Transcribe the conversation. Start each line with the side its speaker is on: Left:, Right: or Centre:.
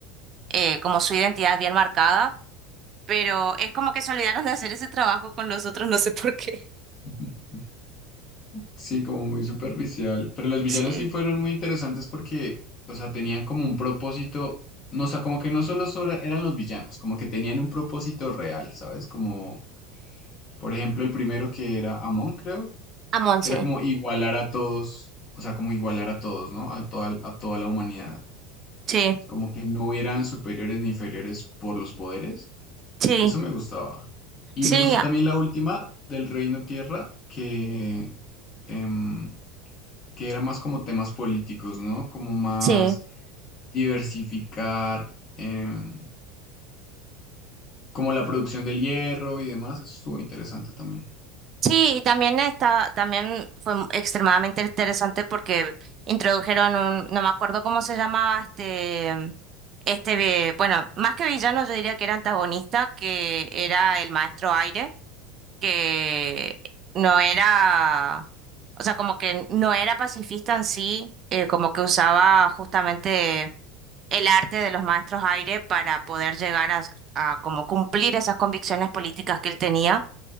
Right: eh, como su identidad bien marcada. Pero es como que se olvidaron de hacer ese trabajo con los otros, no sé por qué.
Left: <laughs> Sí, como muy superficial. Pero los villanos
Right: Sí.
Left: sí fueron muy interesantes porque, o sea, tenían como un propósito, no, o sea, como que no solo sobra- eran los villanos, como que tenían un propósito real, ¿sabes? Como, por ejemplo, el primero que era Amon, creo,
Right: A
Left: que
Right: sí,
Left: era como igualar a todos, o sea, como igualar a todos, ¿no? A toda, a toda la humanidad.
Right: Sí,
Left: Como que no hubieran superiores ni inferiores por los poderes.
Right: sí,
Left: Eso me gustaba. Y
Right: sí,
Left: me gustó
Right: a-
Left: también la última del Reino Tierra, que... em, que era más como temas políticos, ¿no? Como más
Right: sí.
Left: diversificar em, como la producción del hierro y demás. Eso estuvo interesante también.
Right: Sí, y también está, también fue m- extremadamente interesante porque introdujeron un, no me acuerdo cómo se llamaba este, este, vi- bueno, más que villano yo diría que era antagonista, que era el maestro Aire, que no era, o sea, como que no era pacifista en sí, eh, como que usaba justamente el arte de los maestros aire para poder llegar a, a como cumplir esas convicciones políticas que él tenía.